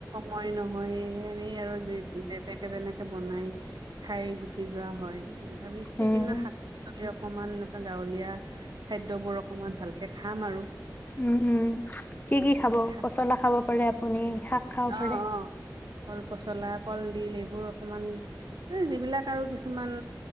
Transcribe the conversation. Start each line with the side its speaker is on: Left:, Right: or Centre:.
Right: মই নহয় হেনেই আৰু যেতেকে তেনেকে বনাই খাই গুচি যোৱা হয় ভাবিছো সেইকনা
Left: উম
Right: শাক-পাচলি অকমান এনেকুৱা গাঁৱলীয়া খাদ্যবোৰ অকণমান ভালকে খাম আৰু
Left: উম উম কি কি খাব
Right: শাক-
Left: পচলা খাব পাৰে আপুনি শাক খাব
Right: অ', অ',
Left: পাৰে
Right: কল পচলা কলডিল এইবোৰ অকমান এ যিবিলাক আৰু কিছুমান